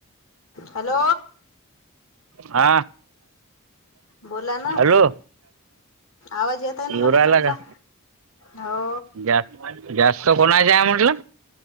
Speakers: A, on the left; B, on the right.
A: हॅलो
B: हा
A: बोला ना
B: हॅलो
A: आवाज येत आहे ना
B: येऊ
A: मला
B: राहिला
A: तुमचा
B: का
A: हो
B: जास्त जास्त कोणाची हाय म्हटला.